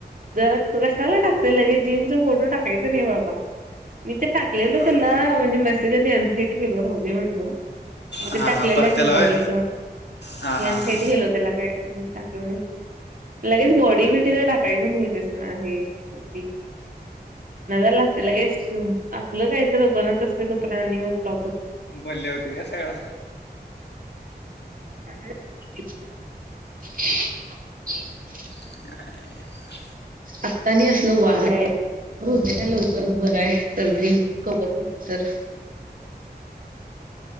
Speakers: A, on the right; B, on the left.
A: जरा कशाला टाकलेल हे जिमचा फोटो टाकायचा नाही, बाबा मी तर टाकलेल
B: क-
A: तुला म्हणजे मेसेज येणा <unintelligible> म्हणलो म
B: हां
A: ते टाकलेल
B: हां परत्याला
A: की
B: होय
A: बॉडीच. <unintelligible>
B: हां
A: <unintelligible>
B: हां हां
A: नजर लागते लगेच आपलं काही तर बनत असतय, तोपर्यंत आणि मग फ्लॉप होते
B: बल्ल्या होतय काय सगळा.
A: <unintelligible>
B: <unintelligible>
A: आत्तानी असलं वारं आहे. हो <unintelligible> लवकर बर आहे सर्दी कवर नाही तर